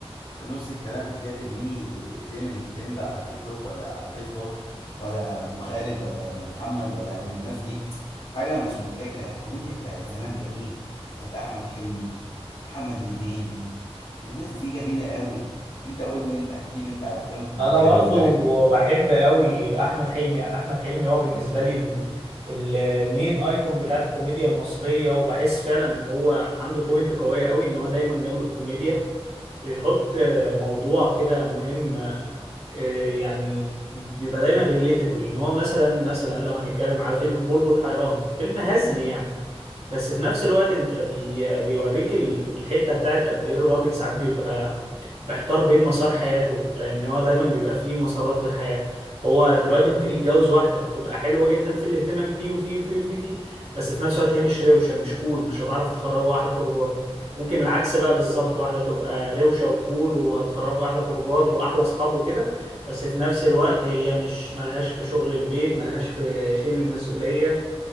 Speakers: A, on the left; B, on the right.
A: في نص الكلام كده ترميلي افيه من ترند على تيك توك ولا على فيسبوك ولا ام خالد ولا ام محمد ولا ام الناس دي حاجة مش مضحكة يعني الكوميديا بتاعت زمان جميلة بتاعت احمد حلمي محمد هنيدي الناس دي جميلة قوي انت قول لي انت احكي لي انت على الافلام الكوميديه
B: انا برضو
A: بالنسبه لك
B: بحب قوي احمد حلمي يعني احمد حلمي هو بالنسبة لي ال- المين ايكون بتاعت الكوميديا المصرية وبحس فعلا ان هو عنده بوينت قوية قوي ان هو دايما جنب الكوميديا بيحط موضوع كده مهم آه، يعني بيبقى دايما ريليتابل ان هو مثلا مثلا لو هنتكلم على فيلم بلبل حيران فيلم هزلي يعني بس في نفس الوقت انت بي بيوريك ال- الحتة بتاعت قد ايه الراجل ساعات بيبقى محتار بين مسار حياته لان هو دايما بيبقى فيه مسارات في الحياه هو دلوقتي ممكن يتجوز واحده تبقى حلوه جدا في الاهتمام بيه وفيه وفيه وفيه وفيه بس في نفس الوقت هي مش روشه مش كول مش هتعرف تخرجه احلى خروجات ممكن العكس بقى بالظبط واحده تبقى روشه وكول وهتخرجه احلى خروجات واحلى اصحاب وكده بس في نفس الوقت هي مش ملهاش في شغل البيت ملهاش في شيل المسؤوليه